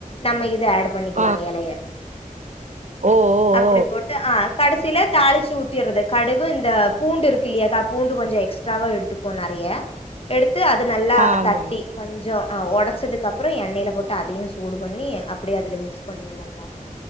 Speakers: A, on the left; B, on the right.
A: நம்ப இத அடு பண்ணிக்கிலா
B: ஆ
A: எலைய
B: ஓ ஓ ஓ
A: அப்டி போட்டு ஆ கடைசில தாளிச்சி ஊத் த்திற்றது கடுகு இந்த பூண்டுருக்கு இல்லியாக்கா பூண்டு கொஞ்சோ எக்ஸ்ட்ராவா எடுத்துக்குவோ நறைய எடுத்து அது நல்லா
B: ஆமா
A: தட்டி கொஞ்ச அ ஒடச்சதுக்கப்றோ எண்ணெய்ல போட்டு அதையு சூடு பண்ணி அப்டியே அதுல மிக்ஸ் பண்ணிருவோ க்கா